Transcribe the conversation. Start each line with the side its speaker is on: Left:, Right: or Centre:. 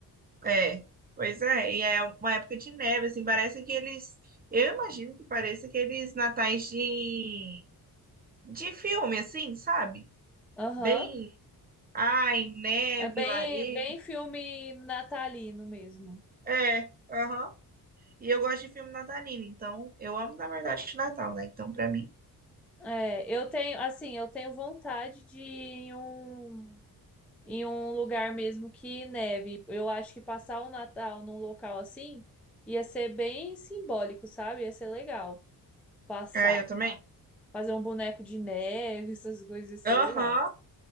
Right: É, pois é, e é uma época de neve, assim, parece que eles, eu imagino que pareça aqueles natais de, de filme, assim, sabe?
Centre: Aham.
Right: Bem, ai, neve,
Centre: É bem,
Right: lareira,
Centre: bem filme natalino mesmo.
Right: é, aham, E eu gosto de filme natalino, então, eu amo, na verdade, o Natal, né? Então, pra mim,
Centre: É, eu tenho, assim, eu tenho vontade de ir em um em um lugar mesmo que neve. Eu acho que passar o Natal num local assim ia ser bem simbólico, sabe? Ia ser legal passar.
Right: ah, eu também,
Centre: Fazer um boneco de neve, essas coisas ia ser
Right: aham,
Centre: legal.